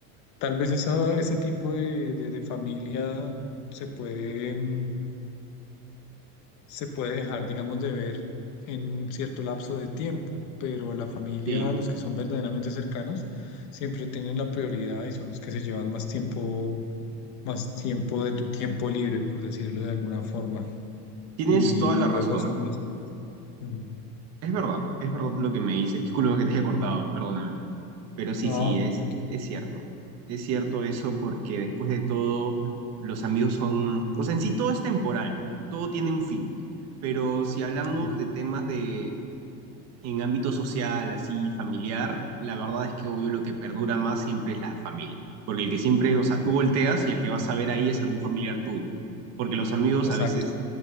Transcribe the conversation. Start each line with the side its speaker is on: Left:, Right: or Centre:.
Left: Tal vez esa- ese tipo de, de- de familia se puede, mm, se puede dejar, digamos, de ver en cierto lapso de tiempo, pero la familia,
Right: Sí,
Left: los que son verdaderamente cercanos, siempre tienen la prioridad y son los que se llevan más tiempo, más tiempo de tu tiempo libre, por decirlo de alguna forma.
Right: tienes
Left: Y
Right: toda la
Left: luego
Right: razón.
Left: son los... Mm,
Right: Es verdad, es verdad lo que me dices. Disculpa que te haya cortado, perdóname. Pero sí,
Left: No,
Right: sí, es,
Left: tranquilo.
Right: es cierto. Es cierto eso porque después de todo, los amigos son... O sea, en sí todo es temporal, todo tiene un fin. Pero si hablamos
Left: eh,
Right: de temas de En ámbito social, así, familiar, la verdad es que obvio lo que perdura más siempre es la familia. Porque el que siempre, o sea, tú volteas y el que vas a ver ahí es algún familiar tuyo. Porque los amigos
Left: Exacto.
Right: a veces